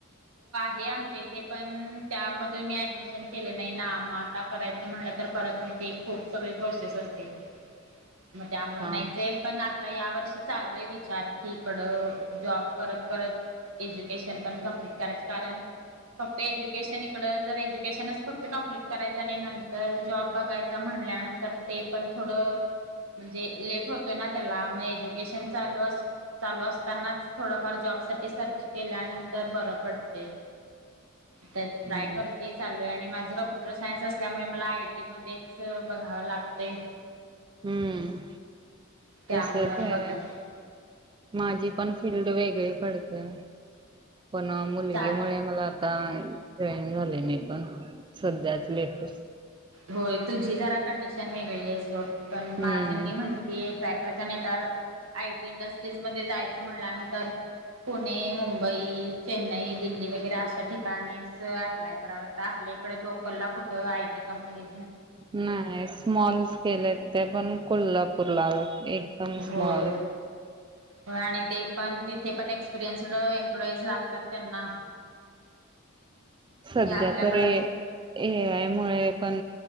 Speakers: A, on the right (about 80°); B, on the right (about 20°).
A: हे आमच्या इथे पण त्यामधून मी ऍडमिशन केले नाही ना मगऽऽ करायच म्हटलं तर परत मी ते खूप सगळं ऽ प्रोसेस असते, मग त्यामुळे
B: हा
A: नाहीच पण आऽ आता या वर्षी चालू आहे विचार की इकडं जॉबऽऽ करत, करत एज्युकेशन पण कंप्लिट करायच कारण फक्त ऐजूऽऽ केशन इकडं, जर एज्युकशनच फक्त कंप्लीट कयचऽ आणि नंतर जॉब बघाय म्हणल्यानंतर ते पण थोड म्हणजेऽऽ लेट होतोय ना त्याला मग एज्युकेशन चालू अस चालू असतानाचऽऽ थोडफार जॉब साठी सर्च केल्यानंतर बरं पडतय. ट्राय
B: हम्म.
A: करतेय चालूय, आणि माझं कम्प्युटर सायन्स असल्यामुळे मला आयटी मध्येचऽऽ बघाव लागतय.
B: हम्म
A: त्यामुळं
B: तसच आहे
A: बघायऽऽ
B: माझी पण फिल््ड वेगळी पडतेय. पण मुलगी
A: चा
B: मुळे मला आता जॉईन झालेय मी पण. <unintelligible>
A: होय तुझी जरा कंडिशन वेगळीय सोड पण
B: हम्म
A: माझ मी म्हणतीॅय. नता आयटी इंडस्ट्रीज मध्ये जायचं म्हणल्यानंतर पुणे, मुंबई, चेन्नई, दिल्ली, वगैरे अशा ठिकाणीच अप्लाय कराव लागतं आप इकडे लोकल ला कुठं आयटी कंपनी.
B: नाही नाही स्मॉल स्केल आहेत त्या पण कोल्हापूर ला एकदम
A: होय
B: स्मॉल.
A: होय आणि ते पण तिथे पण एक. एक्सपिरियन्सड एम्प्लॉईज लागतात त्यांना.
B: सध्या
A: आणि आपल्याकडं
B: त एआय
A: कुठ
B: मुळे पण